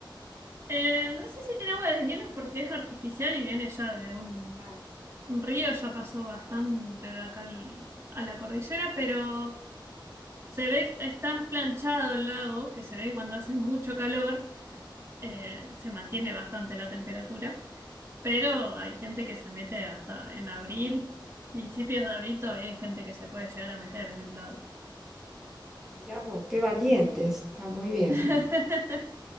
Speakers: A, on the right; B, in the centre.
A: Eh, no sé si tiene agua de hielo porque es artificial y viene ya de un,
B: Ah,
A: un río, ya pasó bastante de acá al- a la cordillera, pero se ve que es tan planchado el lago que se ve que cuando hace mucho calor eh, se mantiene bastante la temperatura, pero hay gente que se mete hasta en abril, principios de abril todavía hay gente que se puede llegar a meter en el lago.
B: mirá vos, qué valientes, está muy bien.
A: <laughs>